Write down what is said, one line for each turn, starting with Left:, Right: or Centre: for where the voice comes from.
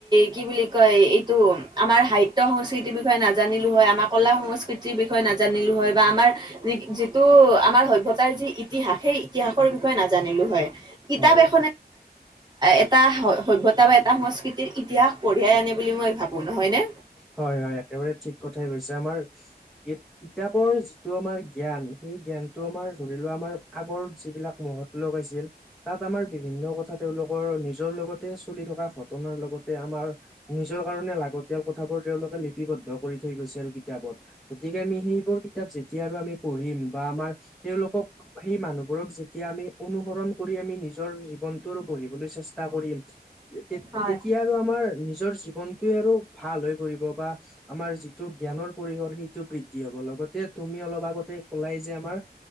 Right: কি বুলি কয় এইটো আমাৰ সাহিত্য সংস্কৃতিৰ বিষয়ে নাজানিলো হয় আমাৰ কলা সংস্কৃতিৰ বিষয়ে নাজানিলো হয় বা আমাৰ যিটো আমাৰ সভ্য়তাৰ যি ইতিহাস সেই ইতিহাসৰ বিষয়ে নাজানিলো হয়। কিতাপ
Centre: হয়
Right: এখনে এটা সভ্য়তা বা এটা সংস্কৃতিৰ ইতিহাস কঢ়িয়াই আনে বুলি মই ভাবো। কোন হয়নে
Centre: হয় হয় একেবাৰে ঠিক কথাই কৈছে আমাৰ কিতাপৰ যিটো আমাৰ জ্ঞান সেই জ্ঞান। টো আমাৰ ধৰি লোৱা আমাৰ আগৰ যিবিলাক মহত লোক আছিল তাত আমাৰ বিভিন্ন কথা তেওঁলোকৰ নিজৰ লগতে চলি থকা ঘটনাৰ লগতে আমাৰ নিজৰ কাৰণে লাগত নিজৰ কথাবোৰ তেওঁলোকে লিপিবদ্ধ কৰি থৈ গৈছে আৰু কিতাপত গতিকে আমি সেইবোৰ কিতাপ এতিয়া আৰু আমি পঢ়িম বা আমাৰ তেওঁলোকক সেই মানুহবোৰক যেতিয়া আমি অনুসৰণ কৰি আমি নিজৰ জীৱনটো গঢ়িবলৈ চেষ্টা কৰিম। তে
Right: হয়
Centre: তেতিয়া আৰু আমাৰ নিজৰ জীৱনটোৱে আৰু ভাল হৈ পৰিব বা আমাৰ যিটো জ্ঞানৰ পৰিসৰ সেইটো বৃদ্ধি হ'ব লগতে তুমি অলপ আগতে কলাই যে আমাৰ